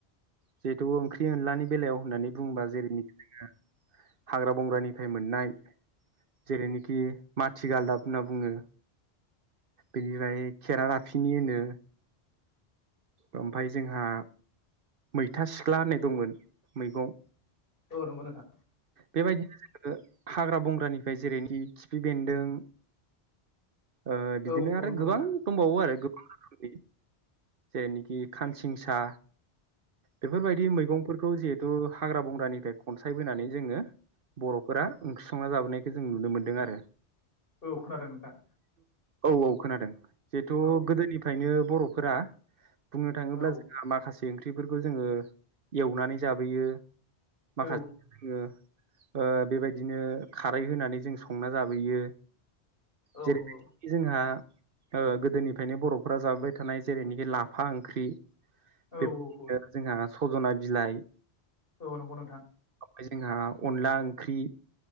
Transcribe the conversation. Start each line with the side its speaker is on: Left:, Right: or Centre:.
Right: जिहेथु ओंख्रि ओंख्रि एनलानि बेलायाव होननानै बुंबा जेरैनिखि जोङो हाग्रा बंग्रानिफ्राय मोननाय जेरैनिखि माथि गालदाब होनना बुङो बिनिबाय खेरा खिनि होनो ओमफाय जोंहा मैथा सिख्ला होननाय दंमोन मैगं
Left: औ नंगौ नोंथां
Right: बेबायदिनो हाग्रा बंग्रानिफ्राय जेरैनि खिफि बेन्दों ओ
Left: औ
Right: बिदिनो आरो
Left: औ नंगौ नोंथां
Right: गोबां दंबावो आरो गोबां रोखोमनि जेरैनोखि खानसिंसा बेफोरबायदि मैगंफोरखौ जिहेथु हाग्रा बंग्रानिफ्राय खनसायबोनानै जोङो बर'फोरा ओंख्रिसंना जाबोनायखौ जों नुनो मोनदों आरो।
Left: औ खोनादों नोंथां
Right: औ औ खोनादों जेथ'
Left: औ
Right: गोदोनिफ्रायनो बर'फोरा बुंनो थाङोब्ला
Left: औ
Right: जोंहा माखासे ओंख्रिफोरखौ जोङो एवनानै जाबोयो
Left: औ
Right: माखासे जोङो ओ बेबायदिनो खारै होनानै जों संना जाबोयो
Left: औ
Right: जेरैबादि
Left: नंगौ
Right: जोंहा ओ गोदोनिफ्रायनो बर'फोरा जाबोबाय थानाय जेरैनिखि बे लाफा ओंख्रि
Left: औ
Right: बे <unintelligible>
Left: औ
Right: जोंहा सजना बिलाइ
Left: औ नंगौ नोंथां
Right: ओमफ्राय जोंहा अनला ओंख्रि